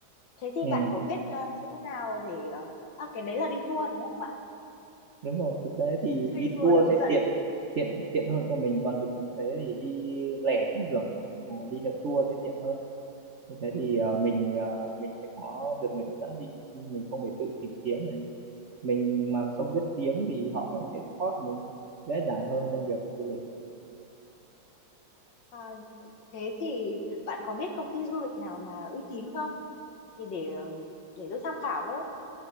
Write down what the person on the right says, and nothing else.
Ừ,
đúng rồi. Thực tế thì
đi
tour
sẽ
tiện
tiện tiện hơn cho mình. Còn thực tế thì đi lẻ cũng được. Nhưng mà đi theo tour sẽ tiện hơn. Như thế thì ờ, mình ờ, mình sẽ có được người ta dẫn đi. Mình không phải tự tìm kiếm này. Mình mà không biết tiếng thì họ cũng sẽ support mình dễ dàng hơn trong việc du lịch.